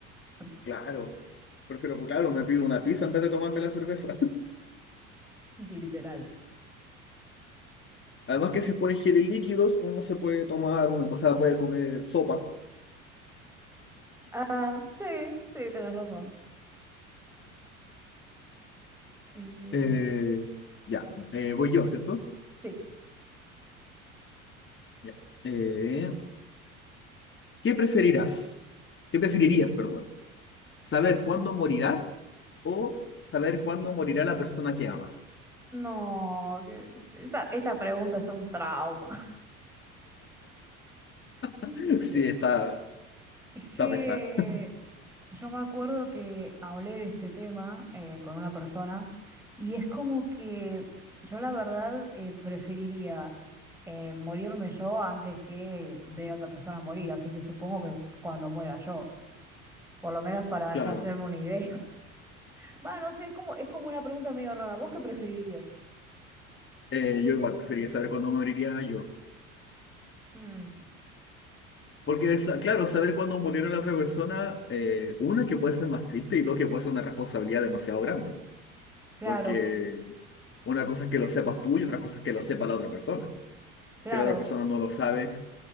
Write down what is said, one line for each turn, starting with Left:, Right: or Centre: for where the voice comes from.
Centre: <laughs>
Left: claro. Prefiero, claro, me pido una pizza en vez de tomarme la cerveza.
Centre: Literal.
Left: Además que si se ponen geles líquidos, uno se puede tomar una, o sea, puede comer sopa.
Centre: Ah, sí, sí, tenés razón. Eh,
Left: Eh, ya, eh, voy yo, ¿cierto?
Centre: sí.
Left: Ya. Eh, ¿qué preferirás? ¿Qué preferirías, perdón? ¿Saber cuándo morirás o saber cuándo morirá la persona que amas?
Centre: No, que- esa, esa pregunta es un trauma. <laughs>
Left: <laughs> Sí,
Centre: Eh,
Left: está,
Centre: Es que
Left: está pesado,
Centre: yo me acuerdo que hablé de este tema eh, con una persona y es como que yo la verdad eh, preferiría eh, morirme yo antes que ver a otra persona morir, así que supongo que cuando muera yo, por lo menos para
Left: claro.
Centre: ya hacerme una idea. <laughs> Va, no sé, es como, es como una pregunta medio rara. ¿Vos qué preferirías?
Left: Eh, yo igual preferiría saber cuándo moriría yo.
Centre: Mm,
Left: Porque, sa- claro, saber cuándo morirá la otra persona, eh, una que puede ser más triste y dos que puede ser una responsabilidad demasiado grande.
Centre: claro,
Left: Porque Una cosa es que lo sepas tú y otra cosa es que lo sepa la otra persona.
Centre: claro,
Left: Si la otra persona no lo sabe,